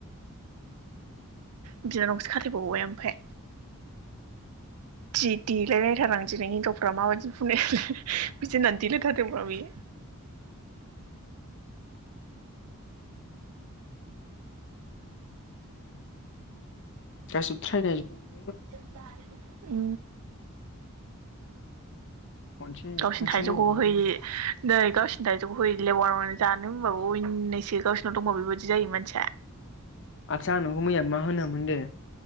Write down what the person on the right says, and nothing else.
बिनानावखोसो खाथेबावबाय ओमफाय। जि देलायलायथार आं दिनै हिनजावफ्रा माबायदि बुंदों बिदि होननानै देलायथारदोंब्रा बियो।
<inaudible> उ
गावसिनि
थाइजौखौबो
होयै नै गावसिनि थाइ जौ हैलाय बावानामा नों जानो होनबाबो अननायसो गावसोरनाव दंबा बेबायदि जायो मानसिया